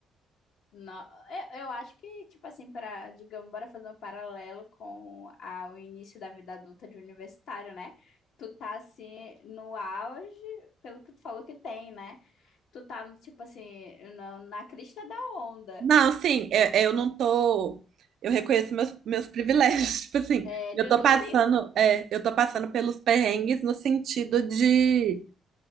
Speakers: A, on the left; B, on the right.
A: Não, eu, eu acho que, tipo assim, para, digamos, bora fazer um paralelo com a, o início da vida adulta de universitário, né? Tu tá, assim, no auge, pelo que tu falou que tem, né? Tu tá, tipo assim, no- na crista da onda,
B: Não, sim, eu, eu não tô. Eu reconheço meus, meus privilégios. <laughs> Tipo assim,
A: é,
B: eu
A: de
B: tô passando,
A: utensílios,
B: é, eu tô passando pelos perrengues no sentido de